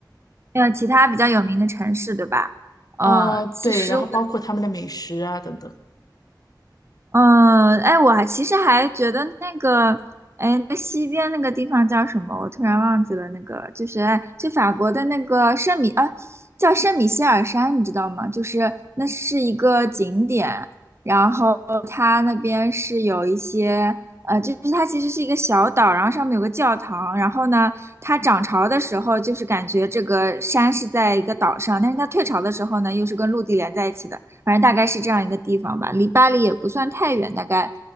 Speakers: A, on the right; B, on the left.
A: 还其他比较有名的城市，对吧？呃，
B: 呃，
A: 其实我
B: 对，然后包括他们的美食啊等等。
A: 嗯，哎，我还其实还觉得那个，哎，那西边那个地方叫什么？我突然忘记了，那个就是哎就法国的那个圣米啊，叫圣米歇尔山，你知道吗？就是那是一个景点，然后它那边是有一些呃，就是它其实是一个小岛，然后上面有个教堂，然后呢，它涨潮的时候就是感觉这个山是在一个岛上，但是它退潮的时候呢，又是跟陆地连在一起的。反正大概是这样一个地方吧，离巴黎也不算太远，大概